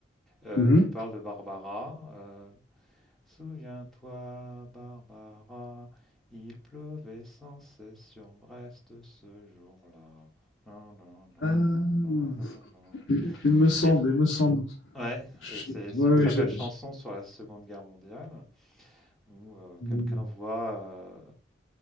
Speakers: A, in the centre; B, on the left.
A: euh,
B: Mhm.
A: qui parle de Barbara. euh, Souviens-toi, Barbara, il pleuvait sans cesse sur Brest ce jour-là. Nan, nan, nan,
B: Ah,
A: nan, nan, nan, nan.
B: il il me semble,
A: Et
B: il me semble.
A: ouais,
B: Je-
A: et c'est c'est
B: ouais,
A: une très
B: oui, je
A: belle
B: l'ai-
A: chanson
B: je-
A: sur la Seconde Guerre mondiale où euh,
B: Mhm,
A: quelqu'un voit euh,